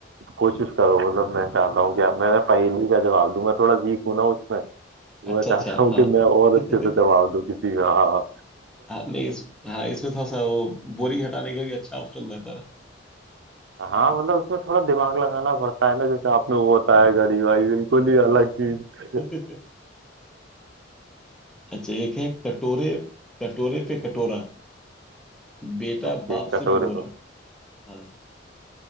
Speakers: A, on the right (about 70°); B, in the centre.
A: कोशिश करो मतलब मैं चाहता हूँ कि आप मैं मैं पहेली का जवाब दूं मैं थोड़ा वीक हूं ना उसमें तो
B: अच्छा
A: मैं चाहता
B: अच्छा
A: हूँ
B: हाँ
A: कि मैं और
B: <laughs>
A: अच्छे से जवाब दूं किसी का हाँ
B: हाँ नहीं इस, हाँ इसमें थोड़ा सा वो बोरिंग हटाने का भी अच्छा ऑप्शन रहता है
A: हाँ मतलब उसमें थोड़ा दिमाग लगाना पड़ता है ना जैसे आपने वो बताया घड़ी भाई बिल्कुल ही
B: हाँ
A: अलग चीज
B: <laughs> अच्छा एक है कटोरे कटोरे पे कटोरा बेटा
A: ओके
B: बाप
A: कटोरे
B: से भी गोरा
A: पे
B: हाँ